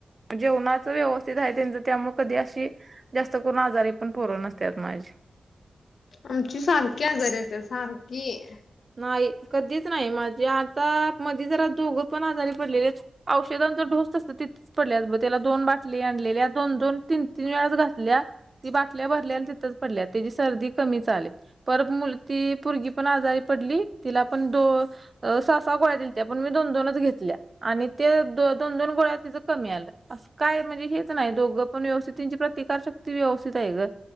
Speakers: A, on the right; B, on the left.
A: जेवणाच व्यवस्थित आहे त्यांच त्यामुळे कधी अशी जास्त करून आजारी, पोरं नसतात माझी.
B: आमची सारखी आजारीेत सारखी-
A: नाही कधीच नाही माझे आता मध्ये जरा दोघं पण आजारी पडलेले. औषधांचा ढोस असत ति- पडल्यात बघ त्याला दोन बाटली आणल्या दोन दोन तीन तीन वेळाच घातल्या. ती बाटल्या भरल्या तिथच पडल्या त्याची सर्दी कमी च आली. पर मुल ती परगी पण आजारी पडली तिला पण दो- सहा सहा गोळ्या दि त्या्या पण मी दोन दोनच घेतल्या आणि ते दोन दोन गोळ्या तिचं कमी आलं. अस काय म्हणजे हेच नाही दोघं पण व्यवस्थित त्यांची प्रतिकारशक्ती व्यवस्थित आहे ग.